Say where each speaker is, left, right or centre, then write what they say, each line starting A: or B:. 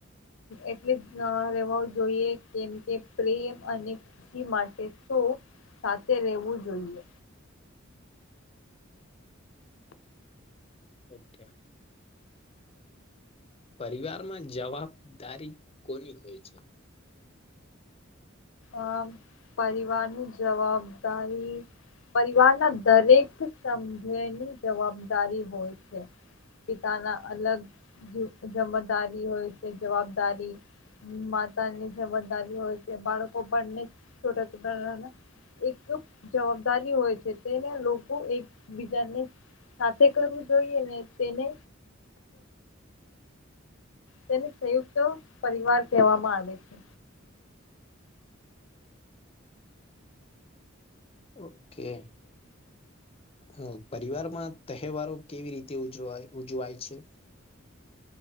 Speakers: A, on the left; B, on the left.
A: એટલે જ રહેેવા જોઈએ કેમ કે પ્રેમ અને માટે તો સાથે રહેવું જોઈએ
B: ઓકે પરિવારમાં જવાબદારી કોની હોય છે?
A: અ પરિવારની જવાબદારી પરિવારના દરેક સંઘેની જવાબદારી હોય છે. પિતાના અલગ જમદારી હોય તે જવાબદારી માતાની જજદારી હોય છે બાળકો પણને છોટા છોટ એક તો જવાબદારી હોય છે તેને લોકો એકબીજાને સાથે કરવું જોઈએ ને તેને તેને સંયુક્ત પરિવાર કહેવામાં આવે છે
B: ઓકે હ, પરિવારમાં તહેવારો કેવી રીતે ઉજ ઉજવાય છે